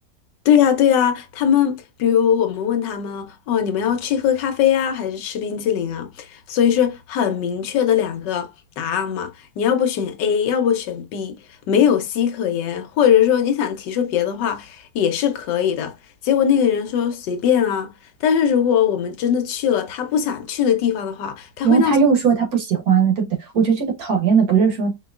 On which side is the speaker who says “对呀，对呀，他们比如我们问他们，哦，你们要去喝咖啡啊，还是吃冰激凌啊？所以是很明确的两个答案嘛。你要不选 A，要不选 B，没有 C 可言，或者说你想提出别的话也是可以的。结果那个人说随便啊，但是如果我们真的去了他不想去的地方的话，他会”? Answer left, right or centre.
Left